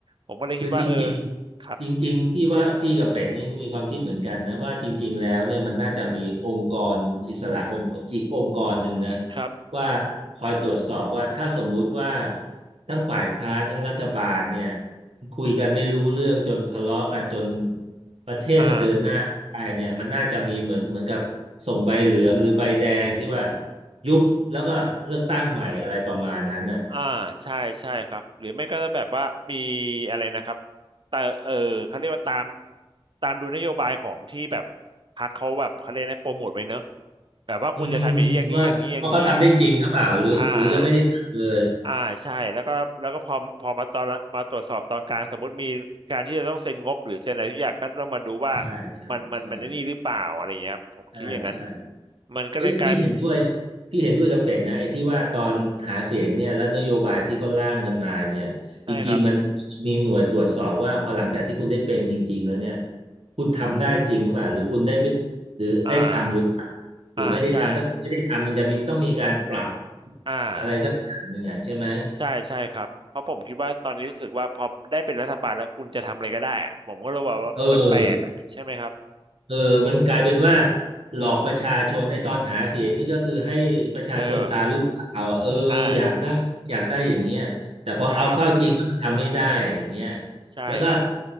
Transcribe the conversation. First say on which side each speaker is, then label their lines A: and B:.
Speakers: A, on the right; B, on the right.
A: ผมก็เลยคิดว่าเออ
B: คือจริงๆจริงๆพี่ว่าพี่กับเป็ดนี่มีความคิดเหมือนกันนะว่าจริงๆแล้วเนี่ยมันน่าจะมีองค์กรอิสระองค์อีกองค์กรหนึ่งนะ
A: ครับครับ
B: ว่าคอยตรวจสอบว่าถ้าสมมุติว่าทั้งฝ่ายค้านทั้งรัฐบาลเนี่ยคุยกันไม่รู้เรื่องจนทะเลาะกันจนประเทศมันเดินหน้าไม่ได้เนี่ยมันน่าจะมีเหมือนเหมือนกับส่งใบเหลืองหรือใบแดงที่ว่า
A: อ่า
B: ยุบแล้วก็เลือกตั้งใหม่อะไรประมาณนั้นน่ะ
A: อ่าใช่ใช่ครับหรือไม่ก็จะแบบว่ามีอะไรนะครับแต่เออเขาเรียกว่าตามตามดูนโยบายของที่แบบพรรคเขาแบบเขาเรียกนะโปรโมทไว้เนอะแบบว่าคุณจะทำอย่างนี้อย่างนี้อย่างนี้อย่างนี้
B: อืมอืมว่าว่าเขาทำได้จริงหรือเปล่าหรือหรือยังไม่ได้ทำเลย
A: อ่าอ่าใช่แล้วก็แล้วก็พอพอมาตอนมาตรวจสอบตอนกลางสมมติมีการที่จะต้องเซ็นงบหรือเซ็นอะไรทุกอย่างก็ต้องมาดูว่า
B: ใช่ใช่ใช่
A: มันมันมันไอ้นี่หรือเปล่าอะไรอย่างเงี้ยครับผมคิดอย่างนั้น
B: ใช่ใช่
A: มันก็เลยกลาย
B: เอ้ยพี่เห็นด้วยพี่เห็นด้วยกับเป็ดนะไอ้ที่ว่าตอนหาเสียงเนี่ยและนโยบายที่เขาร่างกันมาเนี่ยจริงๆมัน
A: ใช่ครับ
B: มีหน่วยตรวจสอบว่าพอหลังจากที่คุณได้เป็นจริงๆแล้วเนี่ยคุณทำได้จริงหรือเปล่าหรือคุณได้ไม่หรือได้ทำหรือเปล่าหรือไม่ได้ทำถ้าคุณไม่ได้ทำมันจะมีต้องมีการปรับ
A: อ่าอ่าใช่อ่า
B: อะไรสักอย่างหนึ่งอ่ะใช่ไหม
A: ใช่ใช่ครับเพราะผมคิดว่าตอนนี้รู้สึกว่าพอได้เป็นรัฐบาลแล้วคุณจะทำอะไรก็ได้อะผมก็เลยว่าว่ามันแปลกอะใช่ไหมครับ
B: เออ เออมันกลายเป็นว่าหลอกประชาชนไอ้ตอนหาเสียงนี่ก็คือให้ประชาชนตาลุกวาวอ่ะเอออยากได้อยากได้อย่างเงี้ยแต่พอเอาเข้าจริงแล้วมันทำไม่ได้อย่างเงี้ย
A: เออแบบอ่าใช่ครับใช่ครับ
B: แล้วก็